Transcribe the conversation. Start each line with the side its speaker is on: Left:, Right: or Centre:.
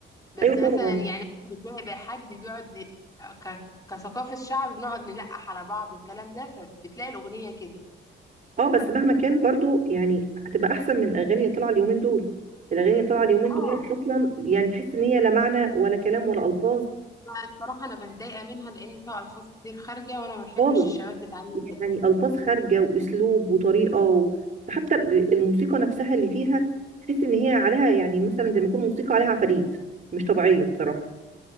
Left: بس
Right: أيوة طبعا
Left: مثلا يعني أنا بتضايق بقى حد بيقعد ك... كثقافة شعب بنقعد نلقح على بعض والكلام ده فبتلاقي الأغنية كده
Right: أه بس مهما كان برضو يعني هتبقى أحسن من الأغاني اللي طالعة اليومين دول الأغاني اللي طالعة اليومين
Left: اه
Right: دول أصلا يعني تحس إن هي لا معنى ولا كلام ولا ألفاظ
Left: لا الصراحة أنا بتضايق منها لأن فيها ألفاظ كتير خارجة وأنا ما بحبش
Right: خالص
Left: الشباب تتعامل كده
Right: يعني ألفاظ خارجة وأسلوب وطريقة و... حتى ال- الموسيقى نفسها اللي فيها تحس إن هي عليها يعني مثلا زي ما يكون موسيقى عليها عفاريت مش طبيعية بصراحة